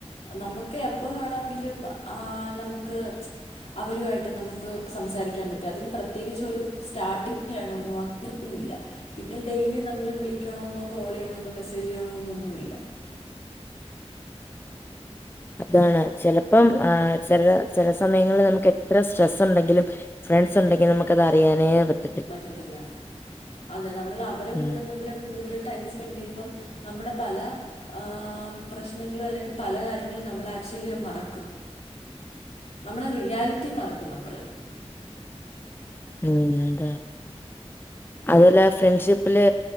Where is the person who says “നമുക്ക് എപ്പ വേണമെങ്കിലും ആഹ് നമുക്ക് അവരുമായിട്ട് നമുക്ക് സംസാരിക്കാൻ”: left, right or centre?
Left